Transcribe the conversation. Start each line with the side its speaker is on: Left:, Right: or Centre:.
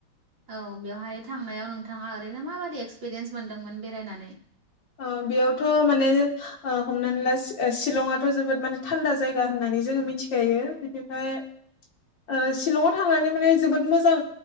Right: औ बेवहाय थांनायाव नोंथाङा ओरैनो माबादि एक्सपिरियेन्स मोनदोंमोन बेरायनानै
Left: ओ बेयावथ' माने ओ हमनानै ला सिलंआथ' जोबोद माने थान्दा जायगा होननानै जोङो मिथिखायो बिनिफ्राय ओ सिलंआव थांनानै माने जोबोद मोजां